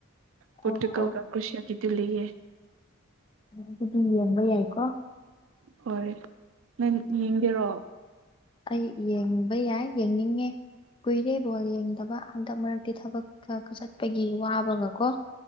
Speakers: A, on the right (about 70°); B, on the left (about 25°).
A: ꯄꯇꯨꯀꯜꯒ
B: ꯑꯣ ꯑꯣ
A: ꯀ꯭ꯔꯨꯁꯤꯌꯥꯒꯤꯗꯨ ꯂꯩꯌꯦ
B: ꯑꯗꯨꯗꯤ ꯌꯦꯡꯕ ꯌꯥꯏꯀꯣ
A: ꯍꯣꯏ ꯅꯪ ꯌꯦꯡꯒꯦꯔꯣ
B: ꯑꯩ ꯌꯦꯡꯕ ꯌꯥꯏ ꯌꯦꯡꯅꯤꯡꯉꯦ ꯀꯨꯏꯔꯦ ꯕꯣꯜ ꯌꯦꯡꯗꯕ ꯍꯟꯗꯛ ꯃꯔꯛ ꯇꯤ ꯊꯕꯛꯀ ꯆꯠꯄꯒꯤ ꯋꯥꯕꯒ ꯀꯣ